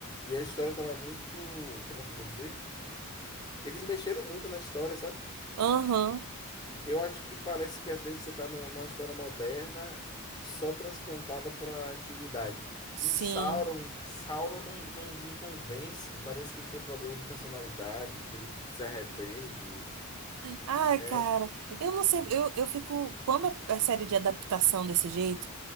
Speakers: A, on the left; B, on the right.
A: e a história estava muito, como é que eu vou dizer? Eles mexeram muito na história, sabe?
B: Aham.
A: Eu acho que parece que às vezes você está numa história moderna só transplantada para a antiguidade.
B: Sim.
A: E Sauron, Sauron não, não, não convence, parece que ele tem problema de personalidade, que ele se arrepende.
B: Ai,
A: É,
B: cara, eu não sei, eu, eu fico, quando a série de adaptação desse jeito,